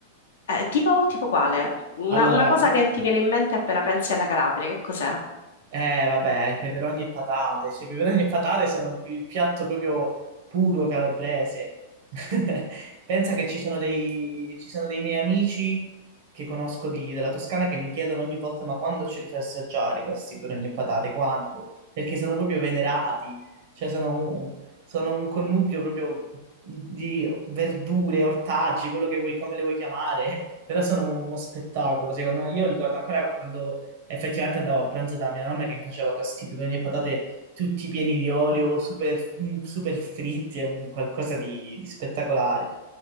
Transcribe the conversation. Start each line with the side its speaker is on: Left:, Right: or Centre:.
Left: eh, tipo, tipo quale? Una,
Right: Allora,
Left: una cosa che ti viene in mente appena pensi alla Calabria, che cos'è?
Right: Eh, vabbè, i peperoni e patate. Cioè, i peperoni e patate sono il piatto proprio puro calabrese. <laughs> Pensa che ci sono dei, ci sono dei miei amici che conosco di- della Toscana che mi chiedono ogni volta: ma quando ce li fai assaggiare questi peperoni e patate? Quando? Perché sono proprio venerati. Cioè, sono un, sono un connubio proprio di verdure, ortaggi, quello che vuoi, come le vuoi chiamare. <laughs> Però sono uno spettacolo, secondo me. Io ricordo ancora quando Effettivamente andavo a pranzo da mia nonna che mi faceva questi peperoni e patate tutti pieni di olio, super, mm, super fritti, è un qualcosa di, di spettacolare.